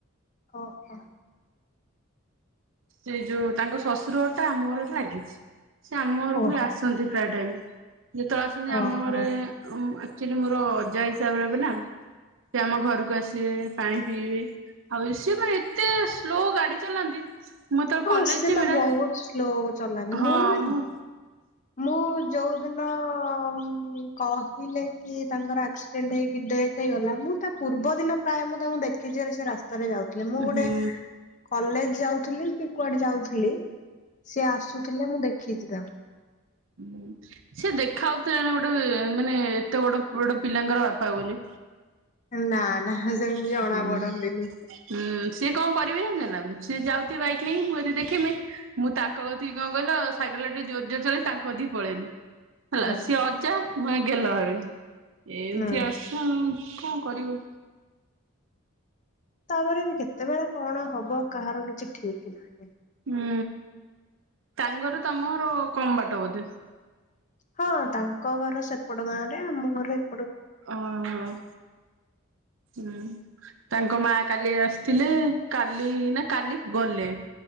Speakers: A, on the left; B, on the right.
A: ଓହୋ।
B: ସେ ଯୋଉ ତାଙ୍କ ଶଶୁର ଘର ଟା ଆମ ଘରଠି ଲାଗିଛି। ସେ ଆମ ଘରକୁ
A: ଓହୋ
B: ବି ଆସନ୍ତି ପ୍ରାୟେ ଟାଇମ। ଯେତେବେଳେ ଆସନ୍ତି ଆମ
A: ଓହୋ
B: ଘରେ ଉଁ ଅକ୍ଚୁଲି ମୋର ଅଜା ହିସାବରେ ହେବେ ନା। ସେ ଆମ ଘରକୁ ଆସିବେ ପାଣି ପିଇବେ। ଆଉ ସିଏ ମାନେ ଏତେ ସ୍ଲୋ ଗାଡି ଚଲାନ୍ତି। ମୁଁ ଯେତୋବେଳେ
A: ହଁ
B: କଲେଜ
A: ସେ
B: ଯିବି
A: ତ
B: ନା
A: ବହୁତ ସ୍ଲୋ ଚଲାନ୍ତି
B: ହଁ
A: ବି
B: ମୁଁ
A: ମୁଁ ଯୋଉଦିନ ଉଁ କହିଲେ କି ତାଙ୍କର ଆକ୍ସିଡେଣ୍ଟ ହେଇକି ଡେଥ୍ ହେଇଗଲା ମୁଁ ଜ ମୁଁ ତା ପୂର୍ବ ଦିନ ପ୍ରାଏ ମୁଁ ତାଙ୍କୁ ଦେଖିଚି ଆରେ ସେ ରାସ୍ ସ୍ତାରେ ଯାଉଥିଲେ ମୁଁ ଗୋଟେ
B: ହୁଁ
A: କଲେଜ ଯାଉଥିଲି କି କୁଆଡେ ଯାଉଥିଲି। ସିଏ ଆସୁଥିଲେ ମୁଁ ଦେଖିଚି ତାଙ୍କୁ।
B: ଉଁ ସିଏ ଦେଖ ହୋଉଥିଲେନା ଗୋଟେ ଏଁ ମାନେ ଏତେ ବଡ ବଡ ପିଲାଙ୍କର ବାପା ବୋଲି?
A: ନା ନା ସେମିତି
B: ହୁଁ
A: ଜଣା
B: ହିଁ
A: ପଡନ୍ତିନି।
B: ସିଏ କଣ କରିବି ଜାଣିଚ ନା। ସିଏ ଯାଉଥିବେ ବାଇକ୍ ନେଇକି। ମୁଁ ଯଦି ଦେଖିମି ମୁଁ ତାଙ୍କ କି କଣ କହିଲ ସାଇକେଲ ଟା ଜୋର୍ ଜୋର୍ ଚଲେଇ କି ତାଙ୍କ କତିକି ପଳେଇମି। ହେଲା
A: ହୁଁ
B: ସିଏ ଅଜା ମୋ ସାଙ୍ଗେ ଗେଲ ହେବେ ଏମତି
A: ହୁଁ
B: ଆସୁଛ ଆଉ। କଣ କରିବ।
A: ତାପରେ ବି କେତେବେଳେ କଣ ହବ କାହାର କିଛି ଠିକ ନାହିଁ।
B: ହୁଁ ତାଙ୍କ ଘରୁ ତମ ଘର କମ ବାଟ ବୋଧେ
A: ହଁ ତାଙ୍କ ଘର ସେପଟ ଗାଁ ରେ ଆମ ଘର ଏ
B: ଓହୋ। ହୁଁ ତାଙ୍କ ମା କାଲି ଆସିଥିଲେ କାଲି ନା କାଲି ଗଲେ।